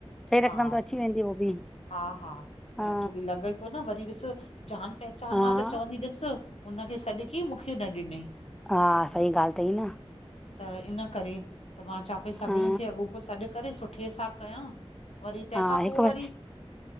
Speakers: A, in the centre; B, on the left.
A: चही
B: हा
A: रखदम त अची वेंदी हो बि।
B: हा हा न
A: हा
B: छोकी लॻे तो न वरी ॾिस जान पहचान
A: हा
B: आ त चवंद -- कि ॾिस हुनखे सॾ कयईं मूंखे न ॾिनई, '
A: हा सही ॻाल्ह तई न।
B: त इन करे त मां चां पई सभिन
A: हा
B: खे अॻोपो सॾु करे सुठे सां कयां, वरी तंहिंखां
A: हा हिकु
B: पो
A: बार
B: वरी- -